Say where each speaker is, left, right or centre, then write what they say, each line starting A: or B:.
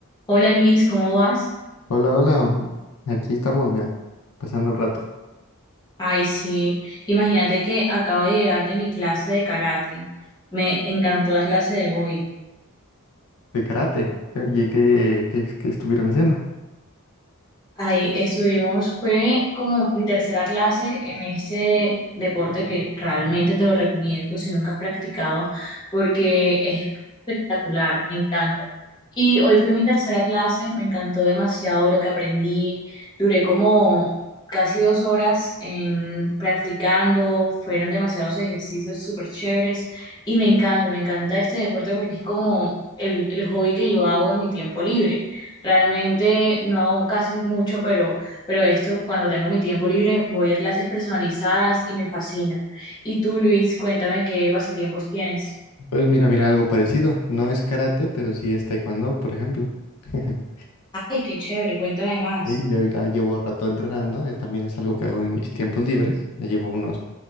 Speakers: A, on the left; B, on the left.
A: Hola Luis, ¿cómo vas?
B: Hola, hola. Aquí estamos, mira, pasando el rato
A: Ay, sí, imagínate que acabo de llegar de mi clase de karate. Me encantó la clase de hoy.
B: de karate. ¿Y qué, qué, qué estuvieron haciendo?
A: Ahí estuvimos, fue como mi tercera clase en este deporte que realmente te lo recomiendo si nunca has practicado, porque es espectacular, me encanta. Y hoy fue mi tercera clase, me encantó demasiado lo que aprendí, duré como casi dos horas en practicando, fueron demasiados ejercicios súper chéveres y me encanta, me encanta este deporte porque es como el, el hobby que yo hago en mi tiempo libre. Realmente no hago casi mucho, pero, pero esto, cuando tengo mi tiempo libre, voy a clases personalizadas y me fascina. Y tú, Luis, cuéntame qué pasatiempos tienes.
B: Pues mira, mira, algo parecido. No es karate, pero sí es taekwondo, por ejemplo. <laughs>
A: Ay, qué chévere, cuéntame más.
B: Sí, yo ya llevo rato entrenando. eh, También es algo que hago en mis tiempos libres. Ya llevo unos